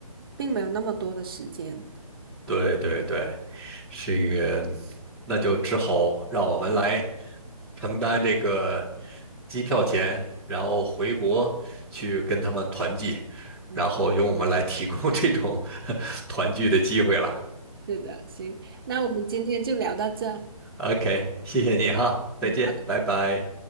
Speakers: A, on the right; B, in the centre.
A: 并没有那么多的时间。
B: 对对对，这个那就只好让我们来承担这个机票钱，然后回国去跟他们团聚，
A: 嗯
B: 然后由我们来提供 <laughs> 这种团聚的机会了。
A: 是的，行，那我们今天就聊到这。
B: OK，谢谢你哈，再见，
A: 嗯，好的。
B: 拜拜。